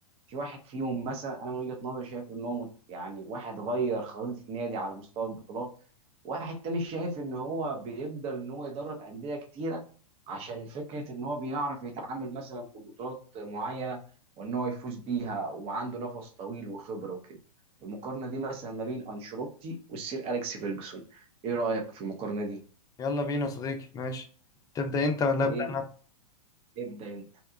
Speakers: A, on the right; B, on the left.
A: في واحد فيهم مثلا انا من وجهة نظري شايف ان هو مت- يعني واحد غير خريطة نادي على مستوى البطولات واحد تاني شايف ان هو بيقدر ان هو يدرب أندية كتيرة عشان فكرة ان هو بيعرف يتعامل مثلا في بطولات معينة وان هو يفوز بيها وعنده نفس طويل وخبرة وكده المقارنة دي مثلا ما بين أنشيلوتي والسير أليكس فيرجسون ايه رأيك في المقارنة دي
B: يلا بينا يا صديقي ماشي تبدأ انت ولا
A: طب
B: ابدأ
A: ايه
B: انا
A: ابدأ انت